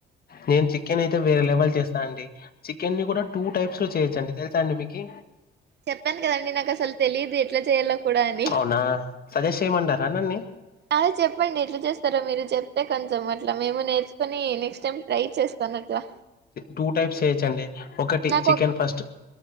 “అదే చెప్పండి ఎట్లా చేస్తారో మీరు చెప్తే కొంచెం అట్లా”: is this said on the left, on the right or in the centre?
Right